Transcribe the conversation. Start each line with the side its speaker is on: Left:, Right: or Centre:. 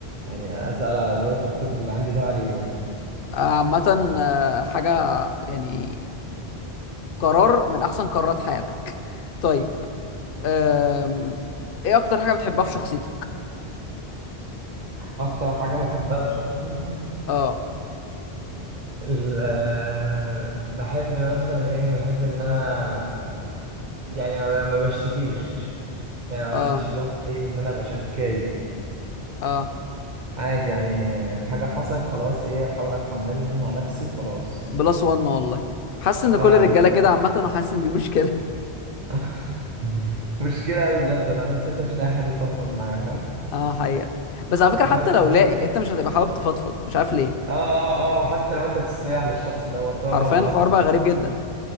Right: يعني اسال على الراجل بتاع الكتب اللي عندي ده عليه يعني
Left: آه، عامه آه، حاجه يعني قرار من احسن قرارات حياتك طيب أم... ايه اكتر حاجه بتحبها في شخصيتك
Right: اكتر حاجه بحبها في شخصيتي
Left: اه
Right: ال- بحب مثلا ايه بحب ان انا يعني ما ما بشتكيش يعني ما
Left: اه
Right: عنديش اللي هو ايه ان انا ابقى شكاي
Left: اه
Right: عادي يعني الحاجة حصلت خلاص ايه احاول اتحملها انا مع نفسي وخلاص
Left: بلس وان والله حاسس ان
Right: آه.
Left: كل الرجاله كده عامه وحاسس ان دي مشكله
Right: <laughs> مشكلة أوي بجد والله تحس أنت مش لاقي حد تفضفض معاه فاهم
Left: <laughs> اه حقيقه بس على فكره
Right: بس
Left: حتى لو لاقي انت مش هتبقى حابب تفضفض مش عارف ليه
Right: اه اه اه وحتى لو أنت بتستريح للشخص دوت سواء
Left: حرفيا
Right: بقى مراتك
Left: الحوار بقى غريب جدا